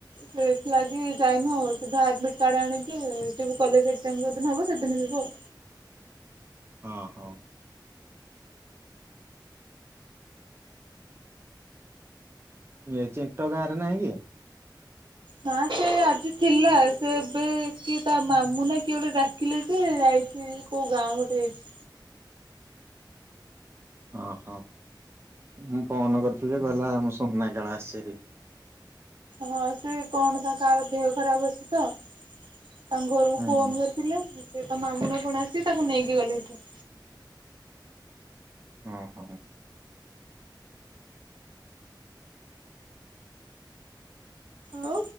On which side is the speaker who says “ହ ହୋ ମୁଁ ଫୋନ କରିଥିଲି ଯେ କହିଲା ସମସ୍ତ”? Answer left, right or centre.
Right